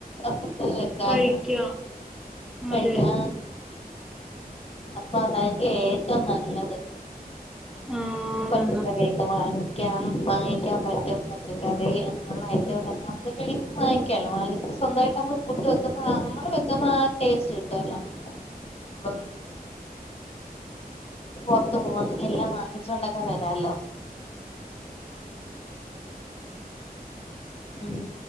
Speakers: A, on the left; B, in the centre.
A: ഫുഡ്‌ വെക്കാന്നോ
B: കഴിക്കാം
A: കഴിക്കാ
B: അതെ
A: അപ്പൊ അതായിരിക്കും ഏറ്റവും നല്ലത്
B: ആഹ്
A: പച്ചക്കറി
B: ഞങ്ങ
A: വാങ്ങിക്കാം വാങ്ങിക്കൻ പറ്റും പച്ചക്കറി അങ്ങനെയുള്ള ഐറ്റങ്ങളൊക്കെ അത് വെളിയിൽ നിന്ന് വാിക്കാല്ലോ വാങ്ങിച്ച് സ്വന്തമായിട്ട് നമ്മൾ പഫുഡ്‌ വെക്കുമ്പോ നമ്മൾ വെക്കുമ്പോ ആ ടേസ്റ്റ് കിട്ടുവല്ലോ <unintelligible> പുറത്ത് പോകുന്നെങ്കിൽ എല്ലാം വാങ്ങിച്ചൊണ്ടൊക്കെ വരാല്ലോ ഉം